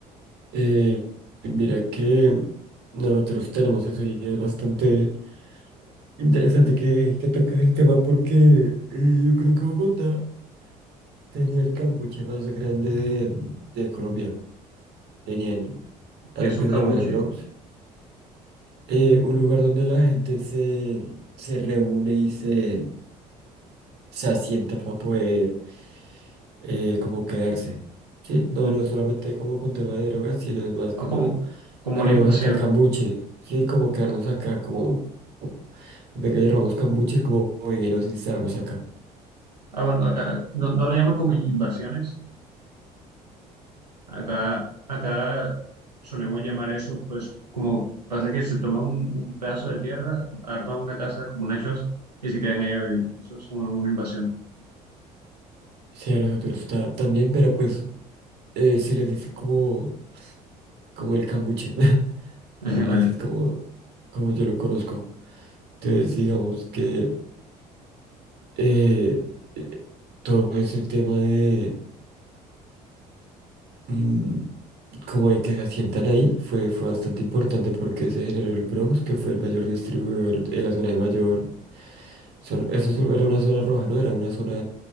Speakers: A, on the right; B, on the right.
A: eh, mira que nosotros tenemos eso y es bastante interesante que, que toques el tema porque eh, yo creo que Bogotá tenía el cambuche más grande de, de Colombia. Tenían algo
B: que es un
A: que
B: cambuche,
A: se llama el Bronx, eh, un lugar donde la gente se, se reúne y se, se asienta para poder eh, como quedarse. Sí, no,
B: mm,
A: no es solamente como con tema de drogas, sino es más
B: o
A: como
B: como, como
A: armemos
B: una invasión.
A: acá el cambuche, sí, como quedarnos acá, como venga, ya robamos cambuches, como venga y nos instalamos acá.
B: Ah, bueno, acá no, no le llaman como invasiones, acá, acá solemos llamar eso, pues como pasa que se toma un, un pedazo de tierra, arman una casa como una choza y se quedan ahí a vivir. Eso es una, una invasión.
A: Sí, a nosotros ta- también, pero pues eh, se les dice como, como el cambuche, <laughs>
B: <laughs>
A: A-
B: Vale,
A: así es como, como yo lo conozco. Entonces, digamos que eh, eh, todo ese tema de mm, como de que se asientan ahí fue, fue bastante importante porque se generó el Bronx, que fue el mayor distribuidor en la zona de mayor. zona- eso es- era una zona roja, ¿no? Era una zona,